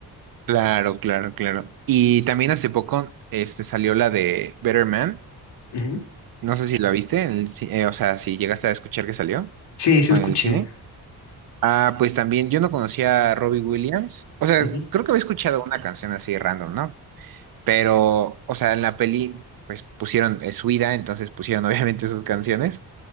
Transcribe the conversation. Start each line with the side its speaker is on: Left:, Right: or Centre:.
Right: Claro, claro, claro. Y también hace poco este, salió la de Better Man.
Left: Ujú.
Right: No sé si la viste, en el ci- eh, o sea, si llegaste a escuchar que salió
Left: Sí, sí
Right: en
Left: escuché.
Right: el cine. Ah, pues también yo no conocía a Robbie Williams. O sea,
Left: Ujú,
Right: creo que había escuchado una canción así random, ¿no? Pero, o sea, en la peli, pues pusieron eh, su vida, entonces pusieron <laughs> obviamente sus canciones.